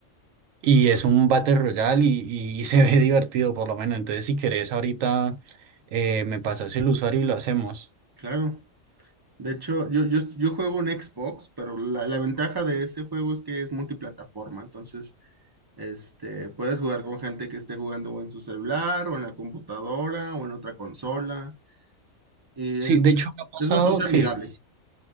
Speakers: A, on the right (about 80°); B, on the right (about 30°).
A: y es un Battle Royale y, y- y <laughs> se ve divertido por lo menos. Entonces, si querés, ahorita eh, me pasas el usuario y lo hacemos.
B: Claro. De hecho, yo, yo, yo juego en Xbox, pero la, la ventaja de ese juego es que es multiplataforma. Entonces, este, puedes jugar con gente que esté jugando o en su celular, o en la computadora, o en otra consola. Y
A: Sí,
B: eh,
A: de hecho me ha pasado
B: es bastante amigable.
A: que,